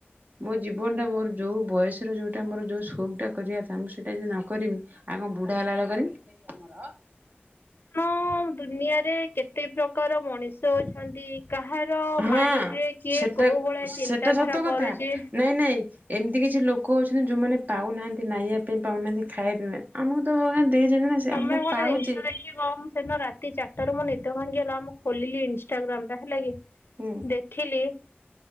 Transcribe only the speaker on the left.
ହଁ ଦୁନିଆରେ କେତେ ପ୍ରକା କାର ମଣିଷ ଅଛନ୍ତି। କାହାର
ମାଇଣ୍ଡ ରେ କିଏ
କୋଉ ଭଳିଆ
ଚିନ୍ତାଧାରା
କରୁଛି
ତମେ
ଗୋଟେ
ଜିନିଷ ଦେଖିବ ମୁଁ ସେଦିନ ରାତି ଚା ତାରେ ମୋର ନିଦ ଭାଙ୍ଗିଗଲା ମୁଁ ଖୋଲିଲି ଇନଷ୍ଟାଗ୍ରାମ ଟା ହେଲା କି।
ଦେଖିଲି।